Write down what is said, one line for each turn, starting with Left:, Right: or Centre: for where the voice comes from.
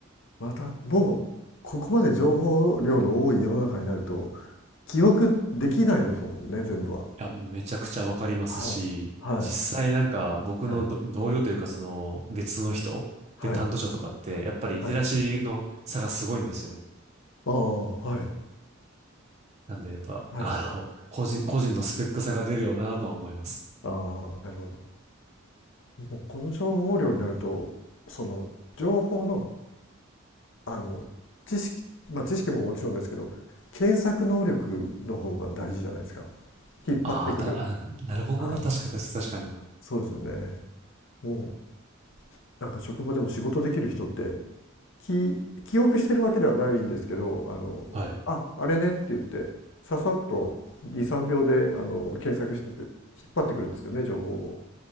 Left: また、もう、ここまで情報量の多い世の中になると、記憶できないですもんね、全部は。
Right: いや、めちゃくちゃわかりますし、
Left: はい。はい。
Right: 実際なんか僕のど同僚というかその別の人で担当者とかって、
Left: はい。はい。
Right: やっぱりリテラシーの差がすごいんですよ。
Left: はい。ああ、はい。
Right: なんでやっぱ、
Left: はい。
Right: あの、個人、個人のスペック差が出るよなとは思います。
Left: ああ、なるほど。もうこの情報量になると、その、情報のあの知識、まあ、知識ももちろんですけど検索能力の方が大事じゃないですか引っ張ってくる
Right: あーた、あ、なるほどな。
Left: はい
Right: 確かに、確かに。
Left: そうですよねもうなんか職場でも仕事できる人ってき記憶してるわけではないんですけどあのああれねって言ってささっと23秒であの検索してて引っ張ってくるんですよね情報を
Right: はい。